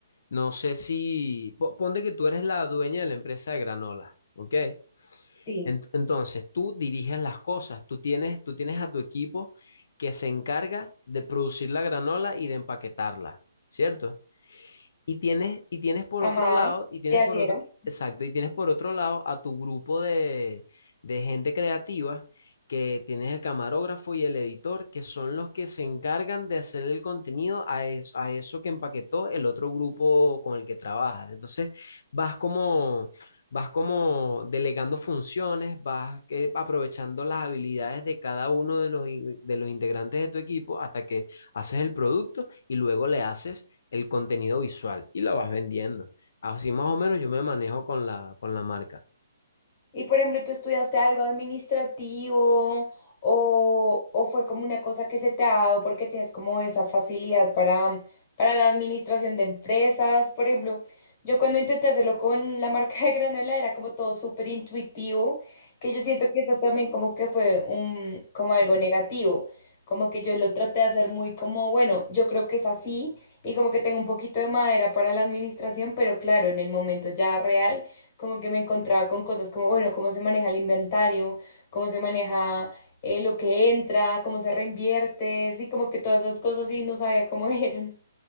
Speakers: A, on the left; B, on the left.
A: no sé si, po- ponte que tú eres la dueña de la empresa de granola, ¿ok? Ent-
B: Sí.
A: entonces, tú diriges las cosas, tú tienes, tú tienes a tu equipo que se encarga de producir la granola y de empaquetarla, ¿cierto? Y tienes, y tienes por
B: Ajá,
A: otro lado, y tienes
B: sí, así
A: por otro,
B: era.
A: exacto, y tienes por otro lado a tu grupo de, de gente creativa, que tienes el camarógrafo y el editor, que son los que se encargan de hacer el contenido a, es- a eso que empaquetó el otro grupo con el que trabajas. Entonces, vas como, vas como delegando funciones, vas eh, aprovechando las habilidades de cada uno de los, in- de los integrantes de tu equipo hasta que haces el producto y luego le haces el contenido visual y lo vas vendiendo. Así más o menos yo me manejo con la, con la marca.
B: Y por ejemplo, ¿tú estudiaste algo administrativo o, o fue como una cosa que se te ha dado porque tienes como esa facilidad para, para la administración de empresas? Por ejemplo, yo cuando intenté hacerlo con la marca de granola era como todo súper intuitivo, que yo siento que eso también como que fue un, como algo negativo, como que yo lo traté de hacer muy como, bueno, yo creo que es así y como que tengo un poquito de madera para la administración, pero claro, en el momento ya real como que me encontraba con cosas como, bueno, cómo se maneja el inventario, cómo se maneja eh, lo que entra, cómo se reinvierte, sí, como que todas esas cosas y no sabía cómo <laughs> eran.